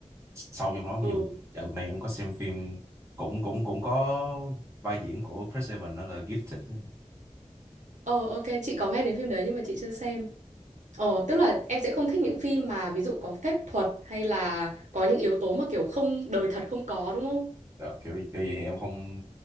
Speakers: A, on the right; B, on the right.
A: sâu trong nó ví
B: Ừ.
A: dụ dạo này em có xem phim cũng cũng cũng có vai diễn của Chris Evans đó là Gifted
B: Ờ, ok, chị có nghe đến phim đấy nhưng mà chị chưa xem. Ờ, tức là em sẽ không thích những phim mà ví dụ có phép thuật hay là có những yếu tố mà kiểu không đời thật không có đúng không?
A: Đó, kiểu kiểu vậy thì em không